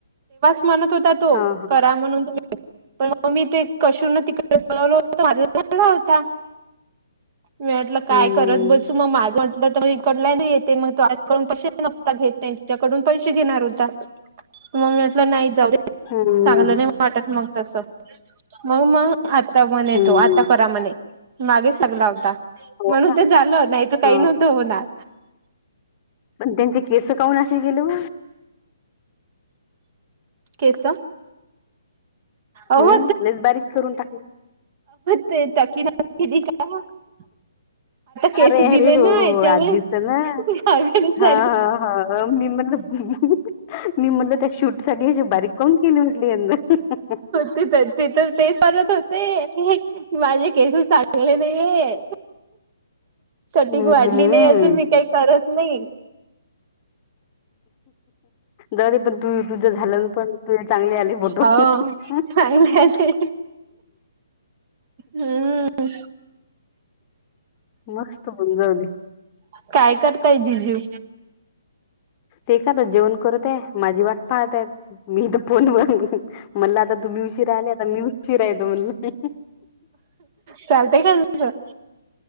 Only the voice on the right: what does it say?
म. हो तो
करा म्हणून् पण मग मी ते कशून तिकडेल. तोझलाला होता. मी म्हटलं काय
करत बसू मग माझट. मग इकडला नाही येते मग तो आकडून पैसे नक घेत त्यांच्याकडून पैसे घेणार होता. मग म्हटलं नाही जाऊ
चांगलं नाही वाटत मग तस म्हणून मग आता म्हणे
तो आता करा म्हणे मागे सगळा.
म्हणून
ते झाल नाही तर काही
नव्हतं होणार.
केस अहो
ते <unintelligible> <unintelligible> केस
दिले
ना
याच्यामुळे
मागेच झाली
तेच हाय <unintelligible> ते तर ते. <unintelligible> हो माझे केसच चांगले नाही ये. कटिंग
वाढली नाही अजून मी काही करत नाही.
हो
का ते. हम्म.
काय करताय जीजू.
चालतय का तुझ?